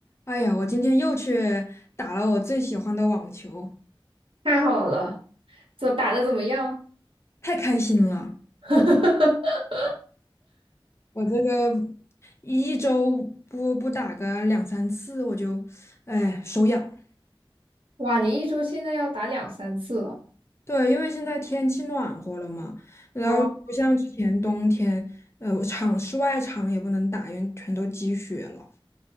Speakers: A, on the left (about 30°); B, on the right (about 75°).
A: 哎呀，我今天又去打了我最喜欢的网球，
B: 太好了，这打的怎么样？
A: 太开心了！
B: <laughs>
A: 我这个一周不不打个两三次，我就哎手痒。
B: 哇，你一周现在要打两三次了，
A: 对，因为现在天气暖和了嘛，然后不像之前冬天，
B: 哦，
A: 呃，我场室外场也不能打，因为全都积雪了。